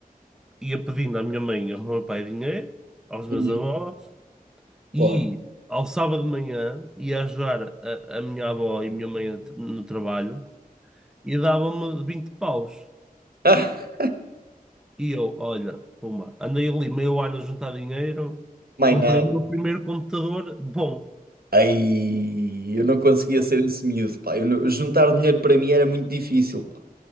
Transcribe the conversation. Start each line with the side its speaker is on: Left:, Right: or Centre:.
Centre: Ia pedindo à minha mãe e ao meu pai dinheiro, aos meus
Right: uhum,
Centre: avós, e
Right: claro. <laughs>
Centre: ao sábado de manhã ia ajudar a, a minha avó e a minha mãe no trabalho e dava-me 20 paus.
Right: Ah,
Centre: E eu, olha, pumba, andei ali meio ano a juntar dinheiro,
Right: mais
Centre: comprei
Right: nada.
Centre: o meu primeiro computador bom.
Right: Ai, eu não conseguia
Centre: Pronto,
Right: ser esse miúdo, pá. Eu não- juntar dinheiro para mim era muito difícil, pá.